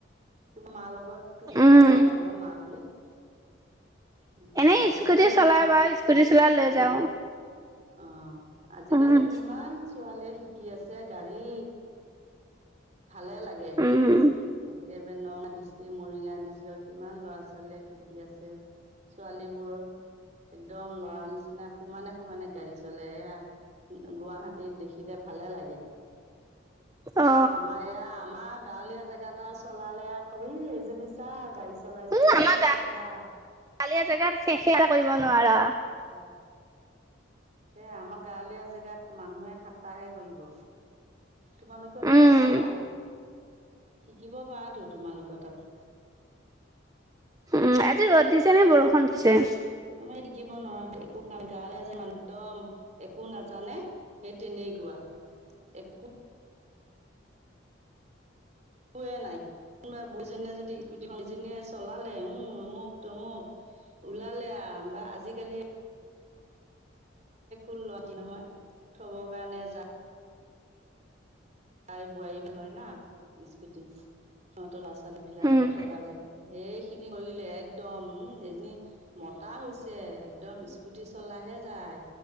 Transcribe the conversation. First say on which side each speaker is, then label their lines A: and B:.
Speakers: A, on the right; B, on the right.
A: তোমাৰ মাৰ লগত তুমি
B: উম
A: যাব পাৰিবা মাক লৈ উ
B: এনেই
A: আজিকালি
B: স্কুটি চলাই
A: কি
B: বা স্কুটি চলাই লৈ
A: অ
B: যাও
A: অ আজিকালি
B: উম
A: কিমান ছোৱালীয়ে শিকি আছে গাড়ী ভালে লাগে
B: উম
A: একেবাৰে নগাঁ ডিষ্ট্ৰিক্ট মৰিগা ডিষ্ট্ৰিক্টৰ কিমান ল'ৰা ছোৱালীয়ে শিকি আছে ছোৱালী বোৰ একদম লৰা নিচিনা সমানে সমানে গাড়ী চলে এয়া গুৱাহাটীত দেখিলে ভালে লাগে
B: অ
A: আমাৰ এয়া আমাৰ গাঁৱলীয়া জেগা া এটা চলালে আকবি এইজনী চা গাড চলাইছে
B: উম
A: কিমান
B: আমাৰ
A: কথা
B: গাঁৱলীয়া জেগাত শেষে কৰিব নোৱাৰা
A: উম সে আমাৰ গাঁৱলীয়া জেগাত মানুহে ঠাট্টাহে কৰিব তোমালোকেও তাত
B: উম
A: ভালা শিকিব পাৰাতো তোমালোকৰ তাত
B: উম আজি ৰদ দিছে নে বৰষুণ দিছে
A: শিকিব নোৱাৰ একো কাম গৱলে আজি ম একদম একো নাজানে সেই তেনে কুৱা একো একোৱে নাই কোনোবা বৈজনীয়ে যদি স্কুটিখন সজনীয়ে চলালে উম অমুক তমুক ওলালে আৰু বা আজিকালি ো ল নহয় থব কাৰণে যায় তাই বোৱাৰী বি লয় না স্কুটি সিহঁতৰ ল'ৰা ছোৱালী বিলাক
B: উম
A: থবা যায় সেইখিনি কৰিলে একদম উ এজনী ম কটা হৈছে একদম স্কুটি চলাহে যায়